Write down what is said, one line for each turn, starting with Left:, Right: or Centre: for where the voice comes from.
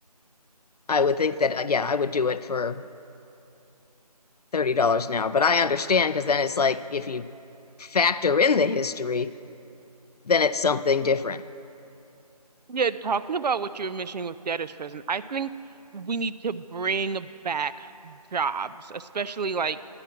Left: I would think that uh, yeah, I would do it for thirty dollars an hour. But I understand because then it's like if you factor in the history, then it's something different.
Right: Yeah, talking about what you're mentioning with debtor's prison, I think we need to bring back jobs, especially like